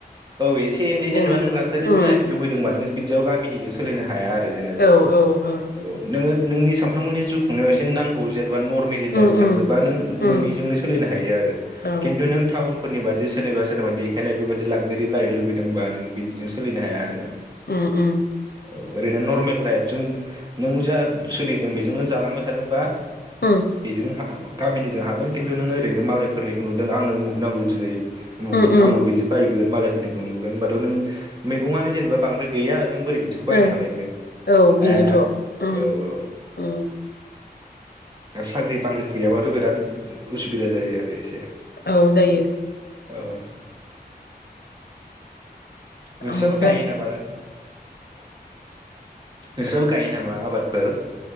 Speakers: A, on the right; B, on the left.
A: औ एसे एनै जेनेबा
B: ओं
A: नों लागजारियास
B: उम
A: लाइफ लुबैदोंबा नों बिदियाव गामिनिजों सोलिनो हाया आरो। जेनेबा
B: औ औ ओं
A: औ नोङो नोंनि सानफ्रोमबोनि जिउ खुंनायाव एसे नांगौ जेनेबा नर फेमिलि
B: उम
A: लाइफ थांनोबा
B: उम
A: नों
B: उम
A: नोंनिजोंनो सोलिनो हायो आरो
B: औ
A: खिन्थु नों टाउन फोरनिबादि सोरनिबा सोरनिबा देखायनाय बेबादि लागजारि लाइफ लुगैदोंबा नों बिदिजों सोलिनो हाया आरो
B: उम उम
A: औ ओरैनो नर्मेल लाइफजों नों जा सोलिदों बेजोंनो जालांबाय थानोबा
B: उम
A: बेजोंनो हा गामिनिजों हागोन खिन्तु नोङो ओरैनो मालायफोरनिखौ नुदों आंनो उमुग नांगौ दिनै उमुग
B: उम उम
A: आंबो बिदि ओ मालायफोरनिखौ नुगोन होनबाथ नों मैगंआनो जेनेबा बांद्राय गैया बोरै बिदिखौ बायनो
B: ओं
A: हालायखो
B: औ बेनोथ'
A: हायाना
B: उम
A: औ औ
B: उम
A: आरो साख्रि बाख्रि गैयाबाथ' बिराद उसुबिदा जायो आरो एसे।
B: औ जायो।
A: औ नोंस्राबो
B: ओमफ्राय
A: गायो नामा दा? नोंस्राबो गायो नामा आबादफोर?